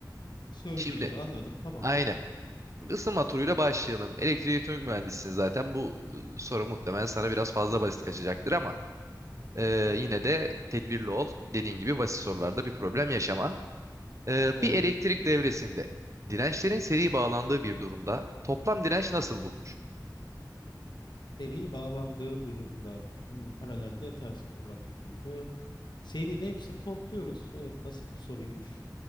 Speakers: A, on the left; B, on the right.
A: sözlü
B: Şimdi
A: gibi anladım tamamdır.
B: aynen. Isınma turuyla başlayalım. Elektrik elektronik mühendisisin zaten. Bu e, soru muhtemelen sana biraz fazla basit kaçacaktır ama e, yine de tedbirli ol. Dediğin gibi basit sorularda bir problem yaşama. Ee,
A: Evet
B: bir elektrik
A: bekliyorum.
B: devresinde dirençlerin seri bağlandığı bir durumda toplam direnç nasıl bulunur?
A: Seri bağlandığı durumda hmm, paralelde ters bir orantılıydı. Seride hepsini topluyoruz. Evet basit bir soruymuş.